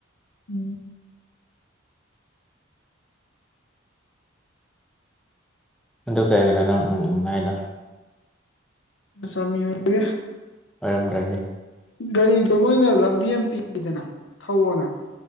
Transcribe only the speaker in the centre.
ꯑꯗꯨ ꯀꯔꯤꯒꯤꯅꯣ ꯅꯪ ꯎꯝ ꯎꯝ ꯍꯥꯏꯗꯣ꯫
ꯑꯣꯢꯔꯝꯗꯔꯗꯤ꯫